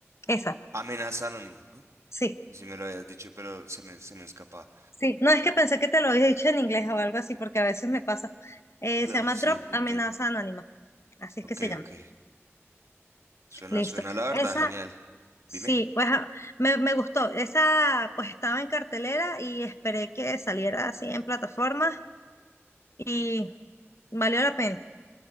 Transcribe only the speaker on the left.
esa,
sí,
sí. No, es que pensé que te lo había dicho en inglés o algo así, porque a veces me pasa. Eh,
se llama
Drop
Amenaza
Anónima, así es
que se llama.
Listo.
Esa,
Sí, pues ah, me, me gustó. Esa pues estaba en cartelera y esperé que saliera así en plataformas y valió la pena.